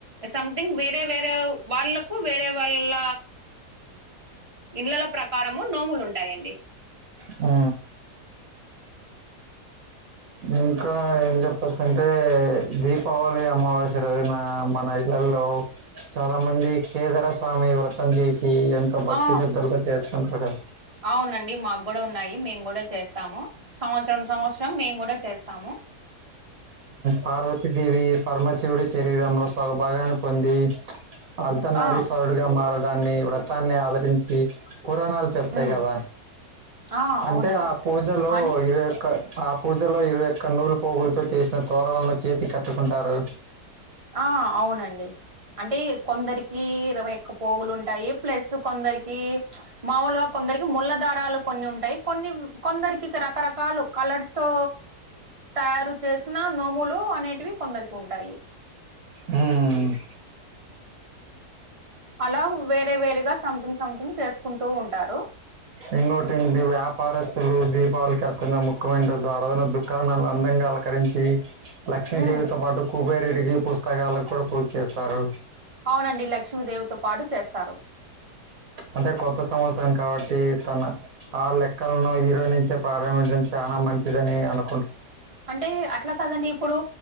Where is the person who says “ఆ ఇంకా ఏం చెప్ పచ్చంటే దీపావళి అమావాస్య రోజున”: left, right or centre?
Right